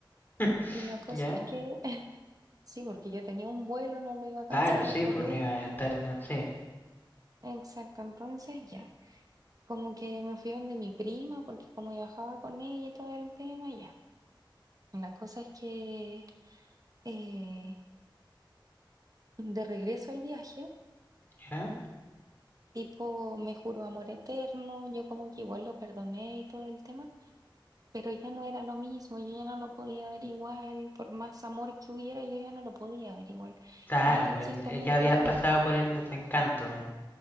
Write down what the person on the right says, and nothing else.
Y la cosa
es que, <laughs> sí, porque yo tenía un vuelo, no lo iba a cancelar
por
él.
Exacto, entonces ya, como que me fui donde mi prima, porque como viajaba con ella y todo el tema, ya. La cosa es que eh, de regreso al viaje,
tipo, me juró amor eterno, yo como que igual lo perdoné y todo el tema. pero ya no era lo mismo, yo ya no lo podía ver igual, por más amor que hubiera, yo ya no lo podía ver igual.
Entonces
tomé
la,
l-